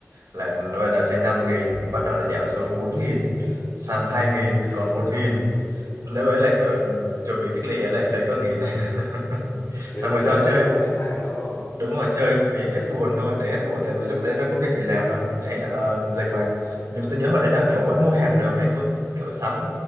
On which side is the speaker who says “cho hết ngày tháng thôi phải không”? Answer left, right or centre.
Left